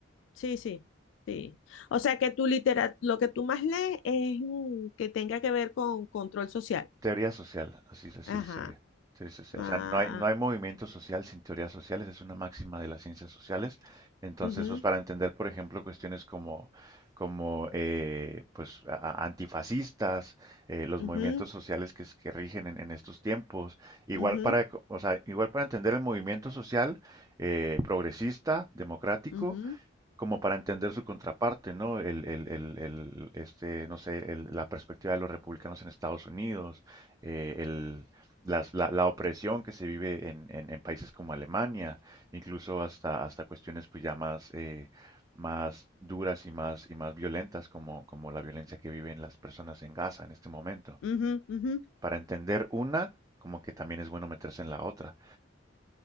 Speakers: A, on the left; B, on the right.
A: Sí, sí, sí. O sea, que tu litera, lo que tú más lees es mm, que tenga que ver con control social.
B: Teoría social, así, así
A: Ajá.
B: sería. Teoría social.
A: Ah,
B: O sea, no hay, no hay movimiento social sin teorías sociales, es una máxima de las ciencias sociales. Entonces,
A: ujú,
B: pues para entender, por ejemplo, cuestiones como, como eh, pues, a- a- antifascistas, eh, los
A: ujú,
B: movimientos sociales que, es- que rigen en, en estos tiempos, igual
A: ujú,
B: para, co- o sea, igual para entender el movimiento social eh, progresista, democrático,
A: ujú,
B: como para entender su contraparte, ¿no? El, el- el- el, este, no sé, el- la perspectiva de los republicanos en Estados Unidos, eh, el- las- la, la opresión que se vive en, en- en países como Alemania, incluso hasta, hasta cuestiones pues ya más, eh, más duras y más, y más violentas como, como la violencia que viven las personas en Gaza en este momento.
A: ujú, ujú.
B: Para entender una, como que también es bueno meterse en la otra.